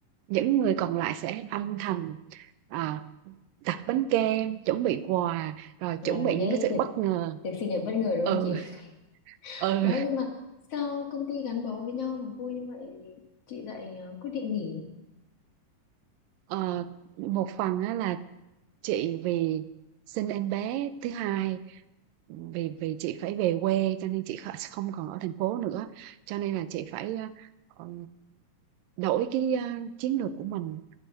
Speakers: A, on the right (about 85°); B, on the left (about 50°).
A: những người còn lại sẽ âm thầm à, đặt bánh kem chuẩn bị quà rồi
B: là
A: chuẩn
B: một
A: bị
B: cái
A: những cái sự
B: tiệc
A: bất ngờ
B: tiệc sinh nhật bất ngờ đúng
A: ừ
B: không chị <laughs>
A: ừ
B: đó nhưng mà sao công ty gắn bó với nhau mà vui như vậy chị lại ờ, quyết định nghỉ
A: Ờ, một phần á, là chị vì sinh em bé thứ hai vì vì chị phải về quê cho nên chị kh- không còn ở thành phố nữa cho nên là chị phải ờ, đổi cái ờ, chiến lược của mình